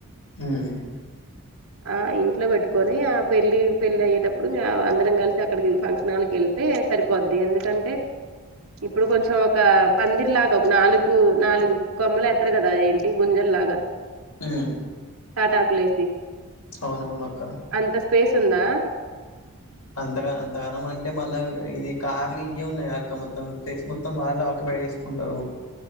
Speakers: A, on the left (about 85°); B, on the right (about 70°).
A: మ్
B: ఆ ఇంట్లో పెట్టుకొని ఆ పెళ్లి పెళ్లయ్యేటప్పుడు ఇప్పుడు ఇంక అందరం కలిసి అక్కడికి ఫంక్షన్ హాల్కి వెళ్తే సరిపోద్ది ఎందుకంటే ఇప్పుడు కొంచెం ఒక పందిరి లాగా ఒక నాలుగు నాలుగు కొమ్మలు ఎత్తరు కదా అదేంటి ఈ గుంజల్ లాగ
A: హ్మ్
B: టాటాకులేసి
A: అవునవునక్క
B: అంత స్పేస్ ఉందా
A: అంతగా అంతగానం అంటే మళ్ళా ఇది కార్లు ఇయే ఉన్నాయి అక్క మొత్తం ప్లేస్ మొత్తం వాళ్ళు ఆక్యుపై చే కుంటరు